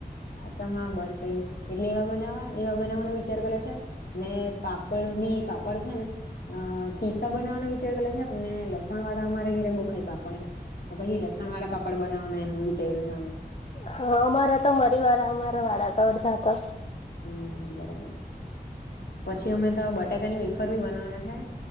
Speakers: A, on the left; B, on the left.
A: હા હા, બસ કઈ નઈ એટલે એવા બનાવવા એવા બનાવવાનો વિચાર કર છે ને પાપડ બી પાપડ છે ને અહ તીખા બનાવવાનો વિચાર કરેલા છે એમને લસણ વાળા અમારે ઘેરે બો ખાય પાપડ. પછી લસણ વાળા પાપડ બનાવવાના એમ વિચાર્યું છે અમે.
B: હા, અમારા તો મરી વાળા અમારા વાળા તો અડધા તો.
A: હમ્મ, બરાબર પછી અમે તો બટાકા ની વેફર ભી બનવાના છે.